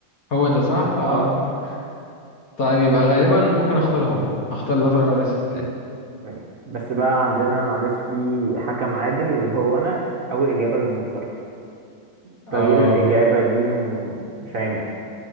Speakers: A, on the left; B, on the right.
A: هو ده صح اه
B: اه
A: اه طيب يبقى غالبا ممكن اختار هو هختار لا تراجع ولا استسلام
B: ماشي بس بقى عندنا معلش في حكم عادل هو انا اول اجابه اللي بنختارها
A: اه
B: تغيير الاجابه دي م- مش هينفع